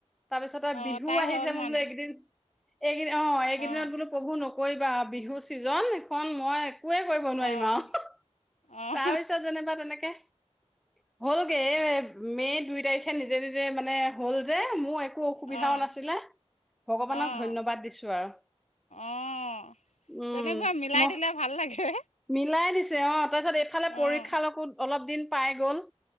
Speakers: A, in the centre; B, on the left.
A: তাৰপিছত আও
B: অঁ
A: বিহু
B: তাই
A: আহিছে
B: হ'ল
A: মই
B: মানে
A: বোলো এককেইদিন এইদ অ এইকেইদিনত
B: অঁ
A: বোলো প্ৰভু নকৰিবা আও বিহু ছিজন খন মই একোৱে কৰিব নোৱাৰিম
B: অঁ
A: আও,
B: অঁ
A: তাৰপিছত যেনেবা তেনেকে হ'লগে এই মে দুই তাৰিখে নিজে নিজে মানে হ'ল যে মোৰ একো অসুবিধাও
B: অঁ
A: নাছিলে ভগৱানক
B: অঁ
A: ধন্যবাদ দিছো আৰু।
B: অঁ
A: উম
B: তেনেকুৱা মিলাই
A: ম
B: দিলে ভাল লাগে
A: মিলাই দিছে অ তাৰপিছত এইফালে পৰীক্ষালকো
B: অঁ
A: অলপ দিন পাই গ'ল।